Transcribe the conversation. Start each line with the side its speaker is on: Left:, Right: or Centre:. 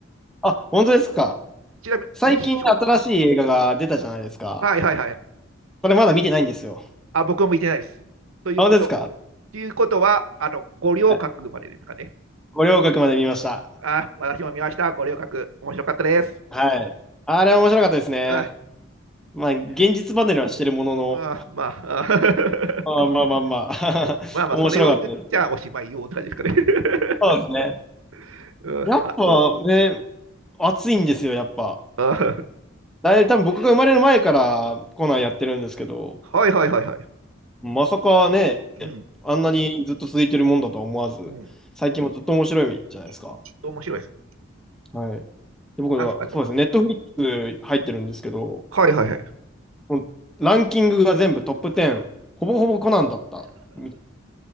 Centre: あ、本当ですか。
Right: ちなみに、
Centre: 最近新しい映画が出たじゃないですか。
Right: ミッション、はいはいはい。
Centre: これまだ見てないんですよ。
Right: あ、僕も見てないです。ということ、
Centre: あ、本当ですか。
Right: ということは、あの、五稜郭までですかね。
Centre: はい。五稜郭まで見ました。
Right: あ、私も見ました。五稜郭、面白かったです。
Centre: はい。あれ面白かったですね。
Right: あ、
Centre: まあ、現実離れはしてるものの、
Right: あまあ、あ
Centre: まあまあまあまあ、
Right: <laughs>
Centre: <laughs>
Right: まあまあ、
Centre: 面白かったです。
Right: それを言っちゃおしまいよって感じですかね。
Centre: そうですね。
Right: <laughs> うん、
Centre: やっぱね、
Right: あ、
Centre: 熱いんですよ、やっぱ。
Right: あ、
Centre: だいぶ多分僕が生まれる前からコナンやってるんですけど、
Right: はいはいはいはい。
Centre: まさかね、
Right: うん、
Centre: あんなにずっと続いてるもんだとは思わず、
Right: うん、
Centre: 最近もずっと面白いじゃないですか。
Right: ずっと面白いです。
Centre: はい。で、僕は、
Right: なんすかね。
Centre: そうですね、ネットフリックス入ってるんですけど、
Right: はいはいはい。
Centre: もうランキングが全部トップ10、ほぼほぼコナンだった。み